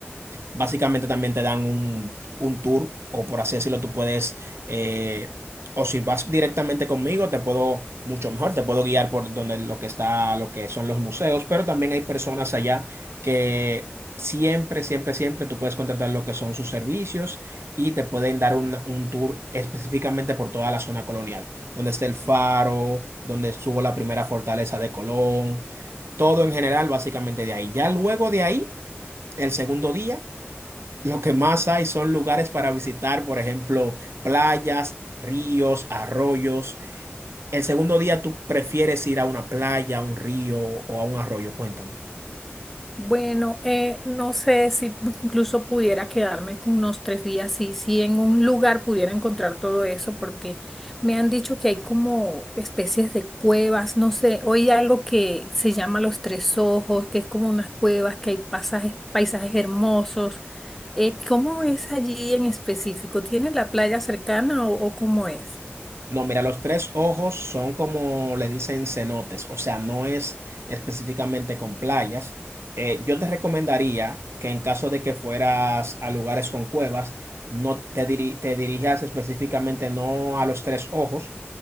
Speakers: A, on the right; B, in the centre.
A: Básicamente también te dan un, un tour, o por así decirlo, tú puedes, eh, o si vas directamente conmigo, te puedo mucho mejor, te puedo guiar por donde lo que está, lo que son los museos, pero también hay personas allá que siempre, siempre, siempre tú puedes contratar lo que son sus servicios y te pueden dar un, un tour específicamente por toda la zona colonial, donde está el faro, donde estuvo la primera fortaleza de Colón, todo en general, básicamente de ahí. Ya luego de ahí, el segundo día. Lo que más hay son lugares para visitar, por ejemplo, playas, ríos, arroyos. El segundo día tú prefieres ir a una playa, a un río o a un arroyo, cuéntame.
B: Bueno, eh, no sé si incluso pudiera quedarme con unos tres días y si en un lugar pudiera encontrar todo eso, porque me han dicho que hay como especies de cuevas, no sé, hoy hay algo que se llama Los Tres Ojos, que es como unas cuevas, que hay pasajes, paisajes hermosos. Eh, ¿cómo es allí en específico? ¿Tiene la playa cercana o, o cómo es?
A: No, mira, los tres ojos son como le dicen cenotes, o sea, no es específicamente con playas. Eh, yo te recomendaría que en caso de que fueras a lugares con cuevas, no te, diri- te dirijas específicamente no a los tres ojos.